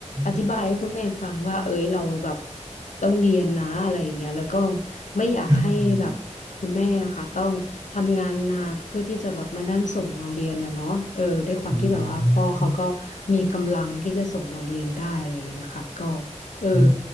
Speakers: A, on the left (about 80°); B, on the right (about 35°).
A: อธิบายให้คุณแม่ฟังว่าเอ้ยเราแบบ
B: ม
A: ต้องเรียนนะอะไรอย่างเงี้ยแล้วก็ไม่อยากให้แบบคุณแม่ค่ะต้องทำงานหนักเพื่อที่จะแบบมานั่งส่งเราเรียนนะเนาะเออด้วยความที่แบบว่าพ่อเขาก็
B: อืมอืม
A: มีกำลังที่จะส่งเราเรียนได้อะไรอย่างเงี้ยค่ะก็เออ
B: อืม